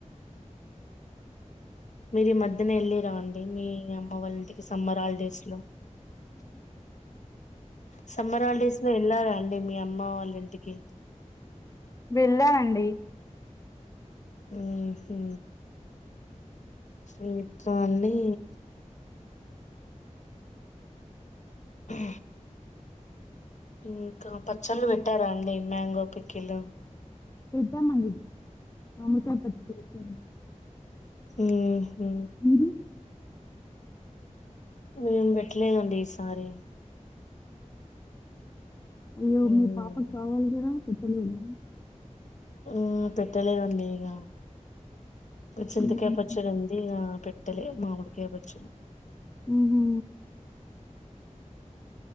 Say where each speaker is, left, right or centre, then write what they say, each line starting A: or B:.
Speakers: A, on the left (about 65°); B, on the left (about 25°).
A: మీరు ఈ మధ్యన ఎళ్ళిర్రా అండి మీ అమ్మ వాళ్ళింటి ఈ సమ్మర్ హాలిడేస్ లో సమ్మర్ హాలిడేస్ లో ఎళ్లారా అండి మీ అమ్మ వాళ్ళింటికి
B: వెళ్ళామండి
A: ఊహూ చూత్తాంది హా ఇంకా పచ్చళ్ళు పెట్టారా అండి? మ్యాంగో పికిీలు.
B: పెట్టామండి. మామిడి కాయ పికిల్.
A: మ్ హ్మ్ హు
B: మ్
A: మేం పెట్టల్లేదండీ ఈసారి.
B: అయ్యో
A: హ్మ్.
B: మీ పాపకు కావాలి కదా? పెట్టలేదు.
A: ఆ పెట్టలేదండి ఇక చింతకాయ
B: హ్మ్.
A: పచ్చడి ఉంది ఇక పెట్ట పెట్టలే మామిడికాయ పచ్చడి.
B: మ్ హ్ హూ